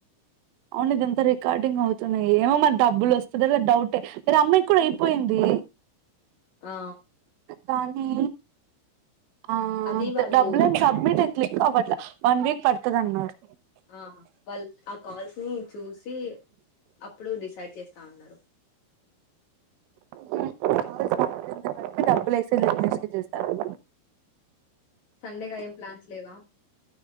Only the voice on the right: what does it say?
అవును ఇదంతా రికార్డింగ్ అవుతున్నాయి. ఏమో మరి డబ్బులు వస్తదో లేదో డౌటే రమ్య కూడా అయిపోయింది.
కానీ ఆ
డబ్బులు ఏం సబ్మిట్ క్లిక్ క్ అవ్వట్ల వన్ వీక్ పడుతది అన్నారు
కాల్స్ మాట్లాడిన తర్వాత డబ్బులు వేసేది లేదో చూస్తారు.